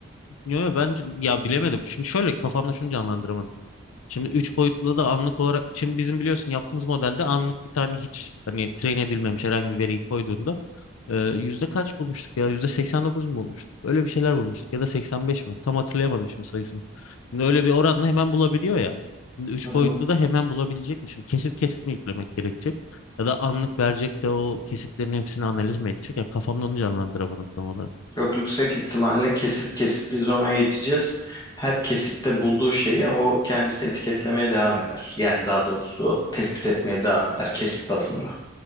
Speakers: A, on the left; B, on the left.
A: Yo, yo, bence ya bilemedim. Şimdi şöyle kafamda şunu canlandıramadım. Şimdi 3 boyutlu da anlık olarak şimdi bizim biliyorsun yaptığımız modelde anlık bir tane hiç hani train edilmemiş herhangi bir veriyi koyduğunda e, yüzde kaç bulmuştuk ya yüzde 89 mu bulmuştuk? Öyle bir şeyler bulmuştuk ya da 85 mi? Tam hatırlayamadım şimdi sayısını. Şimdi öyle bir oranla hemen bulabiliyor ya. Şimdi 3
B: Hı hı.
A: boyutlu da hemen bulabilecekmişim. Kesit kesit mi yüklemek gerekecek? Ya da anlık verecek de o kesitlerin hepsini analiz mi edecek? Ya kafamda onu canlandıramadım tam olarak.
B: Çok yüksek ihtimalle kesit kesit biz ona yeteceğiz. Her kesitte bulduğu şeyi o kendisi etiketlemeye devam eder. Yani daha doğrusu tespit etmeye devam eder kesit bazında.